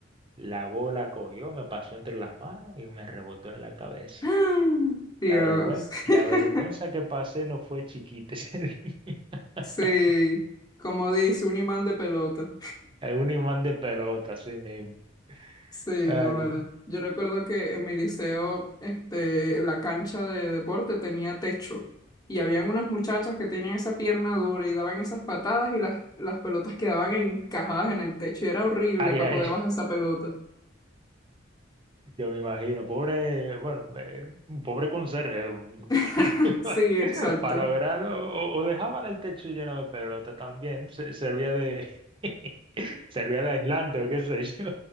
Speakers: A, on the right; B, on the left.
A: La bola cogió, me pasó entre las manos y me rebotó en la cabeza.
B: <gasps> Dios.
A: La vergüenza,
B: <laughs>
A: la vergüenza que pasé no fue chiquita ese día. <laughs>
B: Sí, como dice, un imán de pelota.
A: Es un imán de pelota, así mismo.
B: Sí,
A: Ay,
B: no
A: Dios.
B: era. Yo recuerdo que en mi liceo, este, la cancha de deporte tenía techo y habían unas muchachas que tenían esa pierna dura y daban esas patadas y las, las pelotas quedaban encajadas en el techo y era horrible
A: ay,
B: para
A: ay,
B: poder bajar esa pelota.
A: yo me imagino, pobre, bueno, eh, un pobre conserje.
B: <laughs>
A: <laughs>
B: Sí, exacto.
A: Para lograrlo, o, o dejaban el techo lleno de pelota también, se- servía de, <laughs> servía de aislante o qué sé yo.